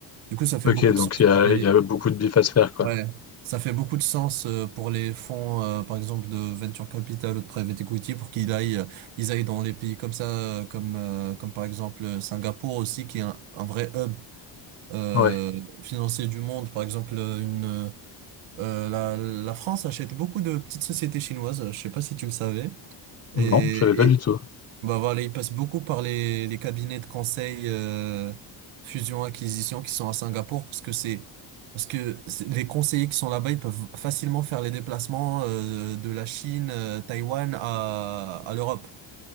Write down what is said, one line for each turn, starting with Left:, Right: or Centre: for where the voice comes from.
Right: Du coup, ça fait
Left: Ok,
Right: beaucoup
Left: donc
Right: de sens. pour
Left: il y a,
Right: les-
Left: il y a beaucoup de bif à se faire, quoi.
Right: ouais, ça fait beaucoup de sens euh, pour les fonds, euh, par exemple, de venture capital ou de private equity pour qu'ils aillent, euh, ils aillent dans les pays comme ça, euh, comme, euh, comme par exemple euh, Singapour aussi, qui est un, un vrai hub euh,
Left: Ah Ouais.
Right: financier du monde. Par exemple, euh, une, euh, la, la France achète beaucoup de petites sociétés chinoises. Je sais pas si tu le savais. Et,
Left: Non, je savais pas du tout.
Right: bah voilà, ils passent beaucoup par les, les cabinets de conseil euh, fusion-acquisition qui sont à Singapour parce que c'est parce que c'est- les conseillers qui sont là-bas, ils peuvent facilement faire les déplacements euh, de la Chine, euh, Taïwan à, à l'Europe.